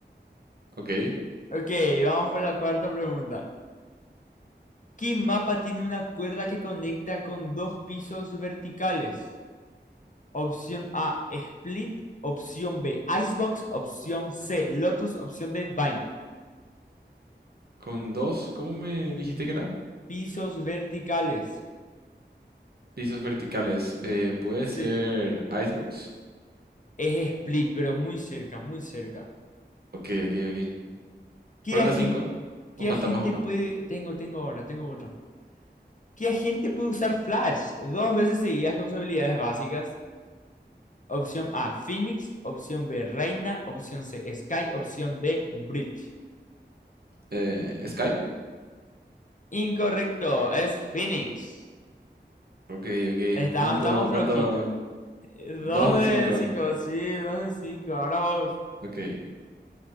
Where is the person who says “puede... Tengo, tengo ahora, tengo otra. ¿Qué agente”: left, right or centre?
Left